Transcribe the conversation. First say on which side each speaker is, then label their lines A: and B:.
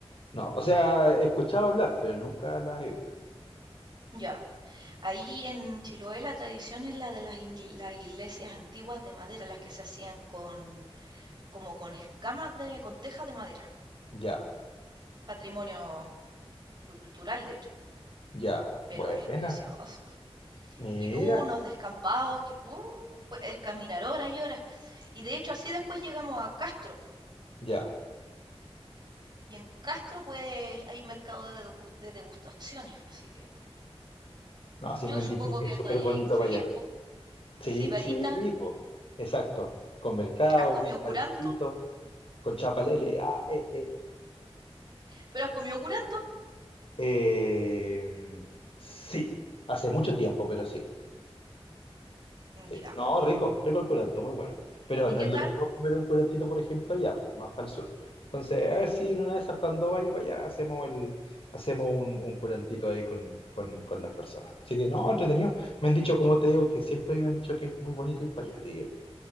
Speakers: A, on the left; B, on the right.
A: no. O sea, he escuchado hablar, pero nunca las he visto.
B: Ya. Ahí en Chiloé la tradición es la de las, ingle- las iglesias antiguas de madera, las que se hacían con, como con escamas de, con tejas de madera.
A: Ya,
B: Patrimonio cultural, de hecho,
A: ya.
B: pero
A: Buena.
B: es precioso.
A: Mira.
B: Y unos descampados que uh, puedes caminar horas y horas. Y de hecho así después llegamos a Castro.
A: Ya.
B: Y en Castro pues hay mercado de, degus- de degustaciones, así que
A: No, sí
B: yo
A: me han
B: supongo
A: dicho que
B: que
A: es
B: estaría
A: súper bonito
B: ahí feliz,
A: para allá.
B: pues.
A: Sí,
B: Sibarita,
A: sí, po. Exacto. Con mercado,
B: ¿Has comido
A: con marisquito,
B: curanto?
A: con chapalele. Ah, eh, eh.
B: ¿Pero has comido curanto?
A: Eh, sí, hace mucho tiempo, pero sí,
B: "Mm,
A: sí.
B: Ya.
A: No, rico, rico el curanto, muy bueno. Pero
B: ¿Y
A: no
B: qué
A: es lo
B: tal?
A: mismo comer un curantito, por ejemplo, allá, pues, más para el sur. Entonces, a ver si en una de esas, cuando vaya para allá, hacemos el, hacemos un, un curantito ahí con, con, con las personas. Así que, no, entretenido. Me han dicho, como te digo, que siempre me han dicho que es muy bonito ir para allá. Así que.